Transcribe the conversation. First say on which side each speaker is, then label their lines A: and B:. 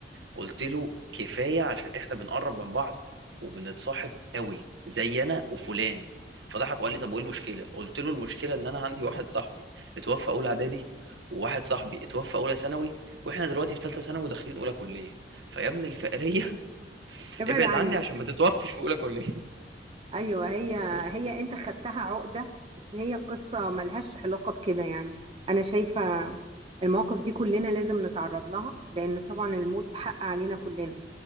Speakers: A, on the right; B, on the right.
A: قلت له كفايه عشان احنا بنقرب من بعض وبنتصاحب قوي زي انا وفلان فضحك وقال لي طب وايه المشكله قلت له المشكله ان انا عندي واحد صاحبي اتوفى اولى اعدادي وواحد صاحبي اتوفى اولى ثانوي واحنا دلوقتي في ثالثه ثانوي وداخلين اولى كليه فيا ابن الفقريه <laughs>
B: ابعد
A: ابعد
B: عني
A: عني عشان ما تتوفش في اولى كليه
B: ايوه هي
A: <laughs>
B: هي انت خدتها عقده بس هي قصه ملهاش علاقه بكده يعني انا شايفه المواقف دي كلنا لازم نتعرض لها لان طبعا الموت حق علينا كلنا